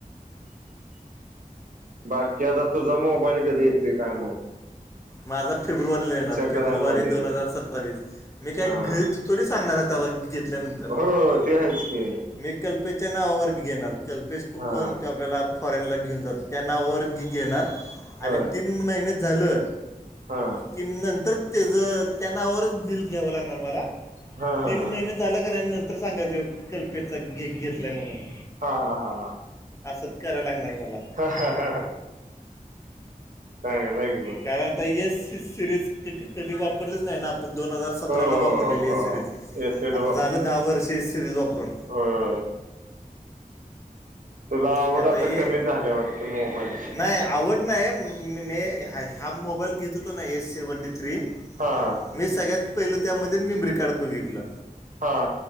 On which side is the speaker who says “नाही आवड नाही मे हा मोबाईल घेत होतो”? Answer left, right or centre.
Left